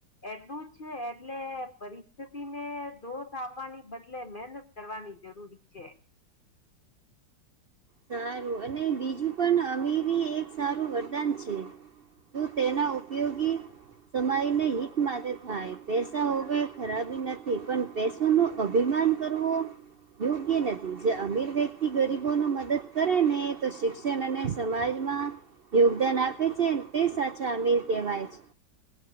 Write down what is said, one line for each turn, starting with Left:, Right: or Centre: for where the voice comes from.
Left: એટલું જ એટલે પરિસ્થિતિ ને દોષ આપવાની બદલે મહેનત કરવાની જરૂરી છે
Right: સારું અને બીજું પણ અમીરી એક સારું વરદાન છે શું તેના ઉપયોગી સમયને હિત માટે થાય પૈસા હોવે ખરાબી નથી પણ પૈસોનો અભિમાન કરવો યોગ્ય નથી જે અમીર વ્યક્તિ ગરીબોનો મદદ કરે ને તો શિક્ષણ અને સમાજમાં યોગદાન આપે છેને તે સાચા અમીર કહેવાય છે